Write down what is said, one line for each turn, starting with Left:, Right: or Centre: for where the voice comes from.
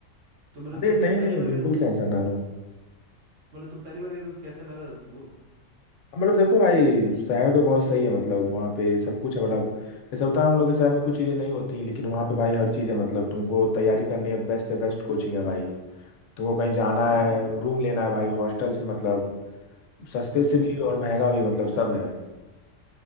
Right: तो मतलब
Left: अरे
Right: जब तुम
Left: नहीं
Right: पहली
Left: नहीं
Right: बार
Left: बिल्कुल
Right: गए थे, तो
Left: टेंशन ना लो
Right: मतलब तुम पहली बार गए थे, तो कैसा लगा था तुमको
Left: मतलब देखो भाई शहर तो बहुत सही है मतलब वहाँ पे सब कुछ है मतलब जैसे होता है हम लोग के शहर में कुछ चीज़ें नहीं होती लेकिन वहाँ पे भाई हर चीज़ है मतलब तुमको तैयारी करनी है बेस्ट से बेस्ट कोचिंग है भाई तुमको कहीं जाना
Right: हम्म
Left: है
Right: हम्म
Left: रूम लेना है भाई हॉस्टल से मतलब सस्ते
Right: हम्म
Left: से भी और महंगा भी मतलब सब है